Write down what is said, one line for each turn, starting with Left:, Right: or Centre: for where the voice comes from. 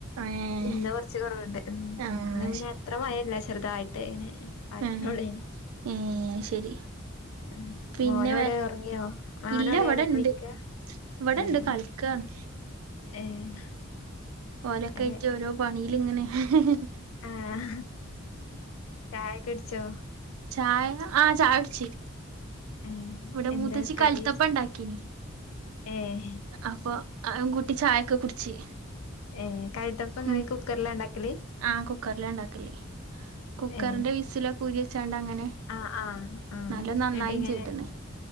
Right: ഏഹ്
Left: ഇന്ന് കൊറച്ച് കൊറവെണ്ട് ഉം
Right: ആഹ്
Left: ഇന്ന് പിന്ന അത്ര മഴയില്ല ചെറുതായിട്ട് ഇങ്ങനെ പാറ്റിനൊള്ളേനി
Right: ഉം ഉം എന്ന ശരി
Left: ഉം
Right: പിന്നെ
Left: മോനെവിടെ
Right: വേ
Left: ഒറങ്ങിയോ മോനെവിടെ
Right: ഇല്ല ഇവടെണ്ട്
Left: അവിടെ കളിക്കാ
Right: ഇവിടെണ്ട്
Left: ഏഹ്
Right: കളിക്കാണ്
Left: ഏഹ്
Right: ഓല ഓക്കെയിട്ട്
Left: അവിടെ
Right: ഓരോ പണിൽങ്ങനെ ഹ ഹ
Left: ആഹ ചായ കുടിച്ചോ?
Right: ചായ ആ ചായ കുടിച്ചി
Left: ഏഹ്
Right: ഇവിടെ മൂത്തച്ചി
Left: എന്താ
Right: കലുത്തപ്പ
Left: കടി
Right: ഉണ്ടാക്കീ.
Left: ഏഹ്
Right: അപ്പോ അതുകൂട്ടി ചായൊക്കെ കുടിച്ച്
Left: ഏ കഴട്ടപ്പ ഇങ്ങനെ
Right: ഉം
Left: കുക്കറില ഉണ്ടാക്കല്
Right: ആ കുക്കറില ഇണ്ടാക്കല് കുക്കറിന്റെ
Left: ഏ
Right: വിസിലൊക്കെ ഊരി വെച്ചാണ്ട് അങ്ങനെ
Left: ആ ആ ആ
Right: നല്ല നന്നായി
Left: എന്നിട്ട് ഇങ്ങനെ
Right: ചെയ്തണ്